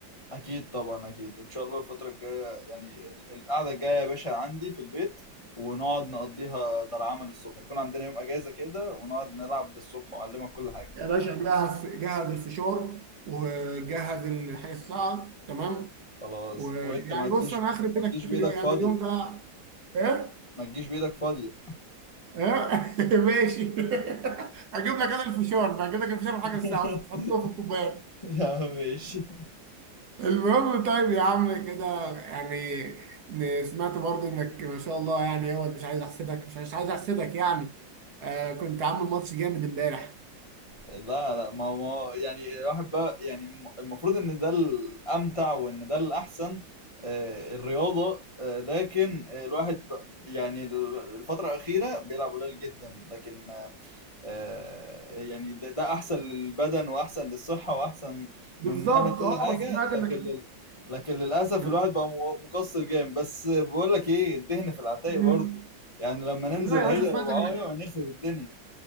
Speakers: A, on the left; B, on the right.
A: اكيد طبعا اكيد ان شاء الله الفتره الجايه يعني ال- القعده الجايه يا باشا عندي في البيت ونقعد نقضيها ده العمل الصبح يكون عندنا يوم اجازه كده ونقعد نلعب للصبح واعلمك كل حاجه
B: يا باشا جهز جهز الفشار وجهز الحاجه الساعه تمام
A: خلاص
B: ويعني
A: وانت ما تجيش
B: بص انا هخرب بيتك
A: ما تجيش بايدك
B: في اليوم يعني
A: فاضية
B: اليوم ده ايه
A: ما تجيش بايدك فاضية
B: ايه <laughs> ماشي <laughs> هجيب لك انا الفشار بقى هجيب لك الفشار وحاجه الساعه
A: <laughs>
B: وانت تحطه في الكوبايه
A: يا عم ماشي
B: المهم طيب يا عم كده يعني ن- سمعت برضو انك ما شاء الله يعني هو مش عايز احسدك مش عايز مش عايز احسدك يعني آه كنت عامل ماتش جامد امبارح
A: لا لا ما ما هو يعني الواحد بقى يعني الم- المفروض ان ده الامتع وان ده الاحسن آه، الرياضة آه، لكن آه، الواحد بق- يعني ال- الفترة الأخيرة بيلعب قليل جدا لكن آه، آه، يعني ده, ده أحسن للبدن وأحسن للصحة وأحسن
B: بالظبط
A: من ناحية كل
B: اه
A: حاجة
B: بس سمعت
A: لكن
B: انك
A: لل... لكن للأسف
B: كنت
A: الواحد بقى م- مقصر جامد بس بقول لك إيه الدهن في العتاق
B: مم.
A: برضه يعني لما ننزل
B: لا يا
A: هي
B: باشا
A: ربعاية
B: سمعتك انك
A: ونخرب الدنيا